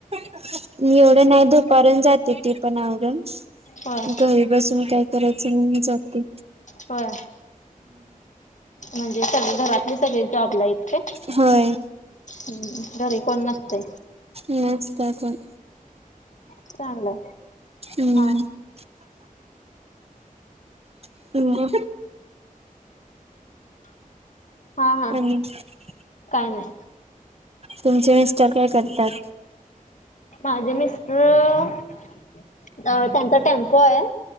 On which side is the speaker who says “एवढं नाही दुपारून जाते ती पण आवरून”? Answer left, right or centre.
Right